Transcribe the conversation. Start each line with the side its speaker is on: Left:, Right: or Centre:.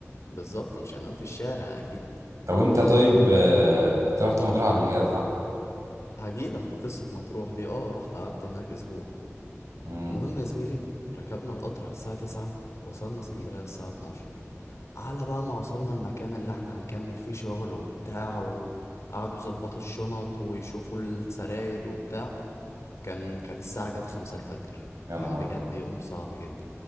Left: بالظبط مش هنام في الشارع اكيد
Right: طب أنت طيب
Left: المهم
Right: آه أنت رحت مطروح قبل كده صح؟
Left: هجيلك في قصة مطروح دي اه رحت قعدت هناك اسبوع
Right: امم
Left: المهم يا زميلي ركبنا القطر على الساعة 9 وصلنا اسكندرية على الساعة 12 على بقى ما وصلنا المكان اللي احنا هنكمل فيه شغل وبتاع وقعدوا يظبطوا الشنط ويشوفوا السراير وبتاع كان كانت الساعة جت خمسة الفجر
Right: يا نهار
Left: كان بجد
Right: أبيض
Left: يوم صعب جدا